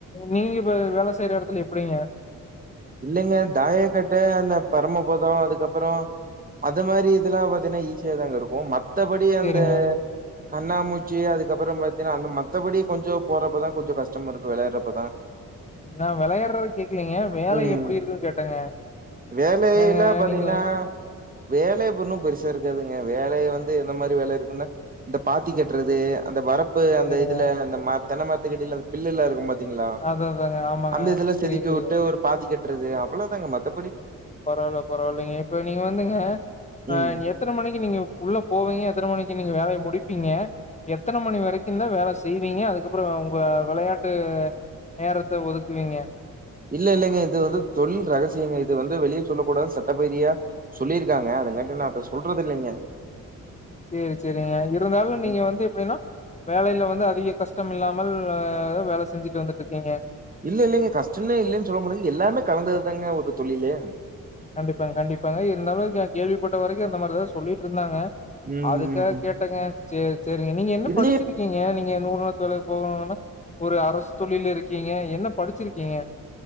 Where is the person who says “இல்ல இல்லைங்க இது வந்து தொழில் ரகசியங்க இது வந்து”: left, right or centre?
Right